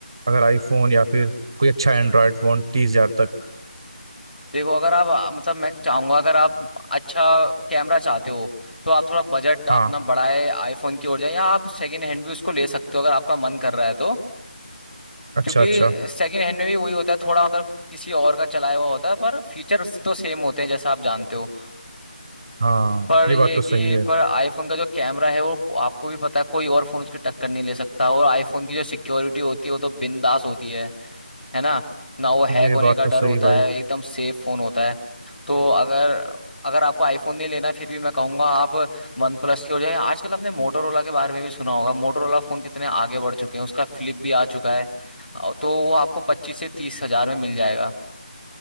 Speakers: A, on the right (about 30°); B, on the left (about 70°).
A: अगर आईफोन या फिर कोई अच्छा एंड्रॉयड फोन तीस हजार तक
B: देखो अगर आप आ, मतलब मैं चाहूंगा अगर आप अच्छा कैमरा चाहते हो तो आप थोड़ा बजट अपना
A: हाँ
B: बढ़ाए आईफोन की ओर जाए या आप सेकंड हैंड भी उसको ले सकते हो अगर आपका मन कर रहा है तो
A: अच्छा
B: क्योंकि
A: अच्छा
B: सेकंड हैंड में भी वही होता है थोड़ा मतलब किसी और का चलाया हुआ होता है पर फीचर उससे तो सेम होते हैं जैसा आप जानते हो
A: हाँ
B: पर
A: ये
B: ये
A: बात
B: है
A: तो
B: कि
A: सही है
B: पर आईफोन का जो कैमरा है वो आपको भी पता है कोई और फोन उसकी टक्कर नहीं ले सकता और आईफोन की जो सिक्योरिटी होती है वो तो बिंदास होती है है ना ना वो हैक
A: ये
B: होने
A: बात
B: का
A: तो
B: डर
A: सही
B: होता
A: भाई
B: है एकदम सेफ फोन होता है तो अगर अगर आपको आईफोन नहीं लेना है, फिर भी मैं कहूंगा आप वन प्लस की हो जाए आजकल आपने मोटोरोला के बारे में भी सुना होगा मोटोरोला फोन कितने आगे बढ़ चुके हैं उसका फ्लिप भी आ चुका है अ, तो वो आपको पच्चीस से तीस हजार में मिल जाएगा